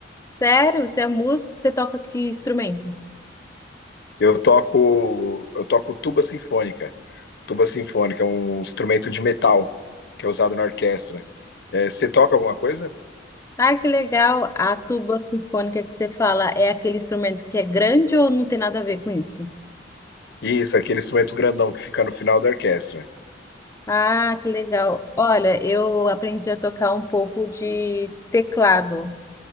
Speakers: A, on the left; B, on the left.
A: Sério? Você é músico? Você toca que instrumento?
B: Eu toco, eu toco tuba sinfônica. Tuba sinfônica é um instrumento de metal que é usado na orquestra. É, você toca alguma coisa?
A: Ah, que legal. A tuba sinfônica que você fala é aquele instrumento que é grande ou não tem nada a ver com isso?
B: Isso, aquele instrumento grandão que fica no final da orquestra.
A: Ah, que legal. Olha, eu aprendi a tocar um pouco de teclado.